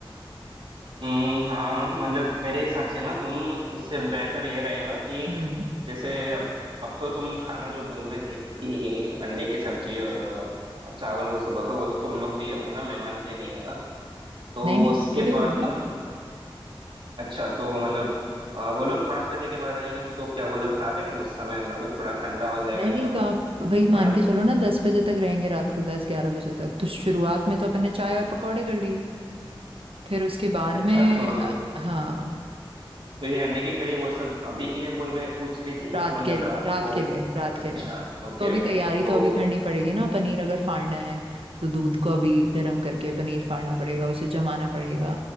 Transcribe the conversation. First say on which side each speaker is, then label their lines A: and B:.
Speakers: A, on the right; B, on the right.
A: हम्म, हाँ मतलब मेरे हिसाब से ना तुम इससे बेहतर ये रहेगा कि
B: हम्म
A: जैसे अब अब तो तुम खाना जो बोल रही थी कि अंडे की सब्जी और अ, चावल वो सब होगा वो तो तुम लोग के लिए होगा ना मेहमान के लिए नहीं होगा तो
B: नहीं नहीं
A: उसके
B: सबके लिए ही
A: बाद
B: होगा
A: ना अच्छा तो मतलब अ, वो लोग पाँच बजे के बाद आएंगे तो क्या वो लोग खा पाएंगे उस समय मतलब थोड़ा ठंडा हो जाएगा
B: नहीं
A: या
B: नहीं तो आप वही
A: थोड़ा
B: मान के चलो ना दस बजे तक रहेंगे रात को दस ग्यारह बजे तक तो शुरुआत में तो अपन ने चाय और पकौड़े कर दिए फिर उसके बाद
A: अच्छा
B: में
A: तो
B: अ, हाँ
A: तो ये अंडे की कड़ी वो सब अभी के लिए बोल रहे पूछ रही थी
B: रात
A: या मतलब
B: के लिए
A: रात
B: रात
A: को
B: के लिए रात
A: अच्छा
B: के लिए
A: ओके
B: तो अभी
A: ओके
B: तैयारी
A: तो
B: तो अभी करनी पड़ेगी ना पनीर अगर फाड़ना है तो दूध को अभी गर्म करके पनीर फाड़ना पड़ेगा उसे जमाना पड़ेगा